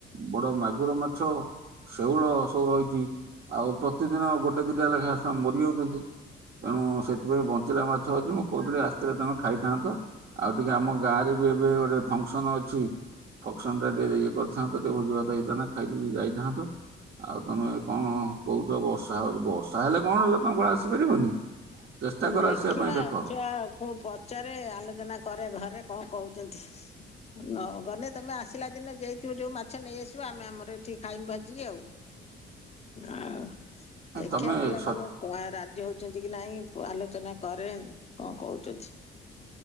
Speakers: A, on the right; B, on the left.
A: ବଡ ମାଗୁର ମାଛ। ଶେଉଳ ସବୁ ରହିଛି ଆଉ ପ୍ରତିଦିନ ଗୋଟେ ଦିଟା ଲେଖାଏସ ମରିିବାକୁ ତେଣୁ ସେଥିପାଇଁ ବଞ୍ଚିଲା ମାଛ ଅଛି ମୁଁ କହୁଥିଲି ଆସ୍ତିଲେ ତମେ ଖାଇଥାନ୍ତ। ଆଉ ଟିକେ ଆମ ଗାଁ ରେ ବି ଏବେ ଗୋଟେ। ଫଙ୍କସନ ଅଛି ଫଙ୍କସନ ଟା ଟିକେ ଇଏ କରିଥାନ୍ତ। ଟିକେ ଭୋଜି ଭାତ ହେଇଥାନ୍ତ ଖାଇ ପିଇ ଯାଇଥାନ୍ତ। ଆଉ ତମେ ଏ କଣ କହୁଛ ବର୍ଷା ହଉଛି ବର୍ଷା ହେଲେ କଣ ହେଲେ ତମ କଣ ଆସିପାରିବନି? ଚେଷ୍ଟା କର
B: ଦେଖିବା
A: ଆସିବା ପାଇଁ ଦେଖ
B: ଛୁଆ କୁ ପଚାରେ ଆଲୋଚନା କରେ ଘରେ କଣ କହୁଛନ୍ତି। ନ ଗଲେ ତମେ ଆସିଲା ଦିନ ଯେଇଥିବ ଯୋଉ ମାଛ ନେଇଆସିବ ଆମେ ଆମର ଏଠିକି ଖାଇମୁ ଭାଜିକି ଆଉ। ଆଉ ଦେଖିଆ
A: ତମେ
B: ପିଲାମାନେ
A: ସ
B: କ ରାଜି ହଉଚନ୍ତିକି ନାଇଁ ମୁଁ ଆଲୋଚନା କରେ କଁ କୋଉଚନ୍ତି।